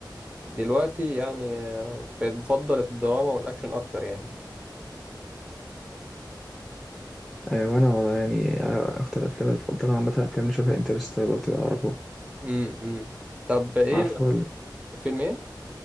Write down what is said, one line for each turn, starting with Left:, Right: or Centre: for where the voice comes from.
Right: دلوقتي يعني آه، بقيت بفضل الدراما والاكشن اكتر يعني
Centre: آه وانا والله يعني آه، اكتر افلام المفضله عامه افلام اللي شبه انترستر لو تعرفه
Right: امم امم. طب ايه
Centre: عارفه
Right: فيلم ايه